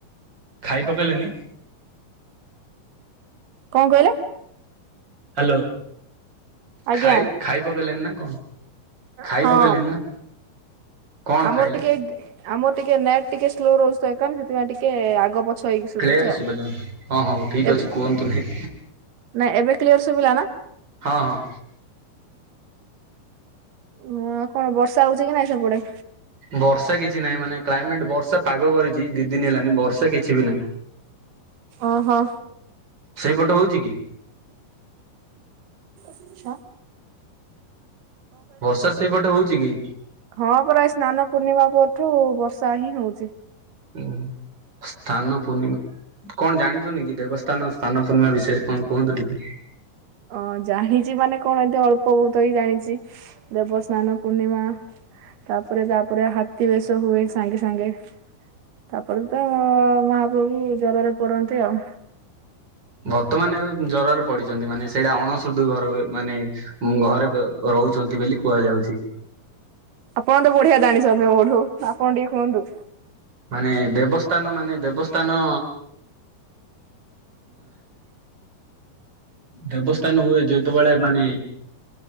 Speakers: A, on the right (about 30°); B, on the right (about 90°).
A: ଖାଇ ପକେଇଲେନି।
B: କଣ କହିଲେ?
A: ହାଲୋ
B: ଆଜ୍ଞା।
A: ଖାଇ ଖାଇ ପକେଇଲେନି ନା କଣ? ଖାଇ
B: ହଁ
A: ପକେଇଲେଣି ନା। କଣ
B: ଆମର
A: ଖାଇଲେ
B: ଟିକେ ଆମର ଟିକେ ନେଟ୍ ଟିକେ ସ୍ଲୋ ରହୁଛି କଣ ସେଥିପାଇଁ ଟିକେ ଆଗ ପଛ ହେଇକି ଶୁଭୁଛି
A: କ୍ଳିୟରେ
B: ଆଉ।
A: ଶୁଭ ଯାଆନ୍ତୁ ହଁ ହଉ ଠିକ
B: ଏବେ
A: ଅଛି କୁହନ୍ତୁ ନି।
B: ନାଇଁ ଏବେ କ୍ଲିୟର ଶୁଭିଲା ନା?
A: ହଁ ହଁ।
B: ହଁ କଣ ବର୍ଷା ହଉଛି କି ନାଇଁ ସେପଟେ?
A: ବର୍ଷା କିଛି ନାହିଁ ମାନେ କ୍ଲାଇମେଟ ବର୍ଷା ପାଗ କରିଚି ଦି ଦିନି ହେଲାନି ବର୍ଷା କିଛି ବି ନାହିଁ।
B: ଓହୋ।
A: ସେଇପଟେ ହଉଚି କି?
B: ଆଚ୍ଛା।
A: ବର୍ଷା ସେଇପଟେ ହଉଚି କି?
B: ହଁ ପୁରା ଏ ସ୍ନାନ ପୂର୍ଣ୍ଣିମା ପରଠୁ ବର୍ଷା ହିଁ ହଉଚି।
A: ହୁଁ ସ୍ଥାନ ପୂର୍ଣ୍ଣିମା। କଣ ଜାଣିଛନ୍ତି କି ଦେବସ୍ଥାନ ସ୍ଥାନ ପୂର୍ଣ୍ଣିମା ବିଷୟରେ କଣ କୁହନ୍ତୁ ଟିକେ?
B: ଅ ଜାଣିଛି ମାନେ କଣ ଏତି ଅଳ୍ପ ବହୁତ ହେଇ ଜାଣିଛି ଦେବସ୍ନାନ ପୂର୍ଣ୍ଣିମା ତାପରେ ତାପରେ ହାତୀ ବେଶ ହୁଏ ସାଙ୍ଗେ ସାଙ୍ଗେ। ତାପରେ ତ ମହାପ୍ରଭୁ ଜରରେ ପଡନ୍ତି ଆଉ।
A: ବର୍ତ୍ତମାନ ଏବେ ଜରରେ ପଡିଛନ୍ତି ମାନେ ସେଇଟା ଅଣ ସୁୁଧୁ ଘର ମାନେ ଘରେ ରହୁଛନ୍ତି ବୋଲି କୁହାଯାଉଚି।
B: ଆପଣ ତ ବଢିଆ ଜାଣିଛନ୍ତି ତମେ ବଢୁ ଆପଣ ଟିକେ କୁହନ୍ତୁ।
A: ମାନେ ଦେବସ୍ନାନ ମାନେ ଦେବସ୍ନାନ
B: <inaudible>
A: ଦେବସ୍ନାନ ହୁଏ ଯେତେବେଳେ ମାନେ